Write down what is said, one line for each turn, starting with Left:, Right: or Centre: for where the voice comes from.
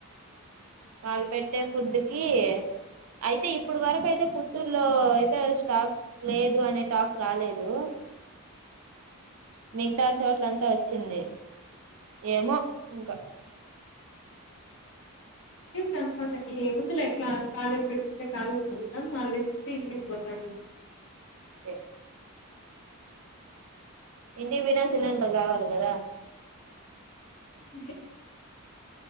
Right: వాల్పేట్ టే ఫుడ్ కి అయితే ఇప్పుడు వరకు అయితే ఫు చిత్తూరులో అయితే స్టాక్ లేదు అనే టాక్ రాలేదు మిగతా చోట్ల అంతా వచ్చింది ఏమో ఇంకా.
Left: ఎంత అంత ఈ ముందలే క కాలేజ్ బెట్టుకుంటే కాలేజ్ కి ఎల్థం హాలిడేస్ ఇస్ టి ఇంటికి పోతంది
Right: ఎ ఇంటికి గిన సిలిండర్ కావాలి కదా
Left: అంతే